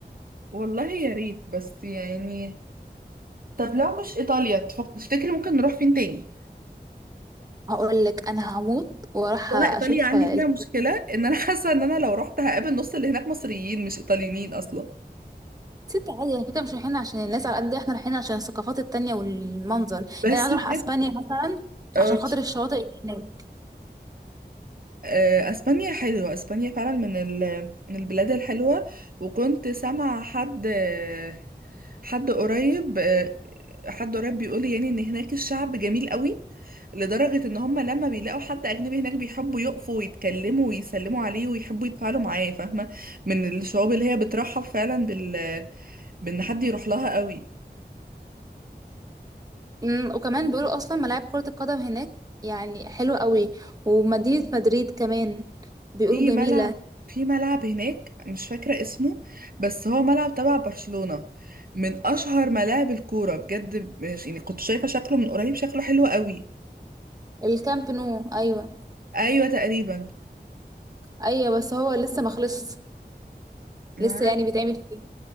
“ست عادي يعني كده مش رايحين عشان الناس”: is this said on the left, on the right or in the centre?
Right